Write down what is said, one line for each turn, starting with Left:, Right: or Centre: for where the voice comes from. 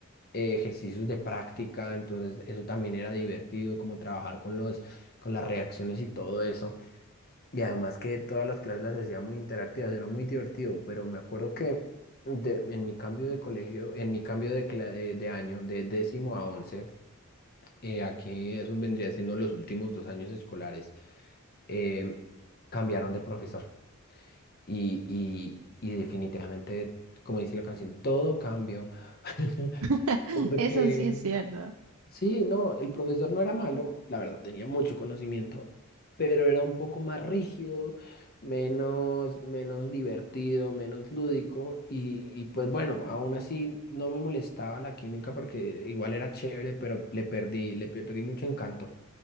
Left: eh, ejercicios de práctica, entonces eso también era divertido, como trabajar con los, con las reacciones y todo eso. Y además que todas las clases las hacía muy interactivas, era muy divertido, pero me acuerdo que de- en mi cambio de colegio, en mi cambio de, cla- eh, de año, de décimo a once, eh, aquí eso vendría siendo los últimos dos años escolares, eh, cambiaron de profesor. Y, y, y definitivamente, como dice la canción, todo cambió. <laughs>
Right: <laughs>
Left: Porque
Right: Eso sí es cierto.
Left: Sí, no, el profesor no era malo, la verdad tenía mucho conocimiento, pero era un poco más rígido, menos, menos divertido, menos lúdico y, y pues bueno, aún así no me molestaba la química porque igual era chévere, pero le perdí, le perdí mucho encanto.